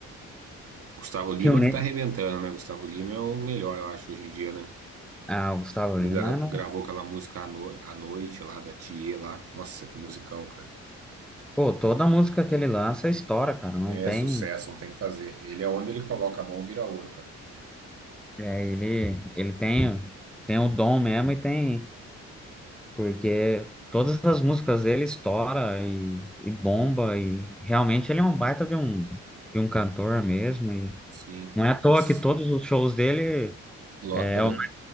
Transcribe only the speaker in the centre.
Rio Ne-
Ah, o Gustavo
Lima,
não...
pô, toda música que ele lança é estoura, cara, não
tem.
É, ele, ele tem, tem o dom mesmo e tem, porque todas as músicas dele estoura e, e bomba e realmente ele é um baita de um, de um cantor mesmo e
não é à toa
que todos os shows dele
é, é
o-